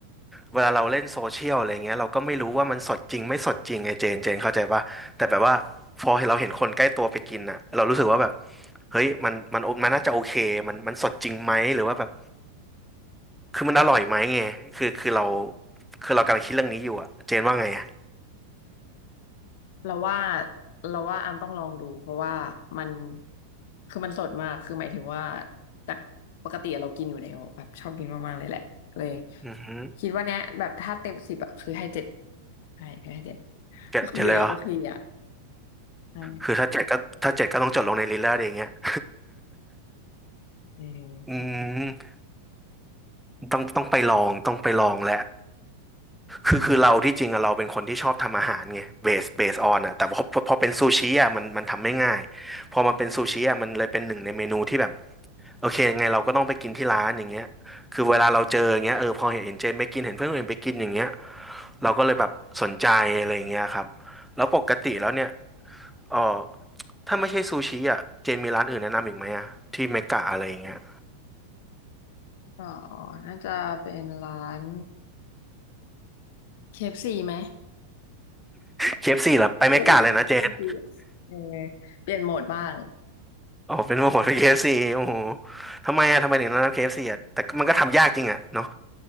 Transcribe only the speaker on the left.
เราว่าเราว่าอามต้องลองดูเพราะว่ามันคือมันสดมากคือหมายถึงว่าจากปกติเรากินอยู่แล้วแบบชอบกินมากๆเลยแหละเลย
คิดว่าเนี้ยแบบถ้าเต็มสิบอะคือให้เจ็ดใช่คือให้เจ็ด
ก็คืออยู่ในโอเคอะใช่
เออ
ก็น่าจะเป็นร้าน KFC ไหม
ไม่ใช่ไม่ใช่ไม่ใช่เคเอฟซีเออเปลี่ยนโหมดบ้าง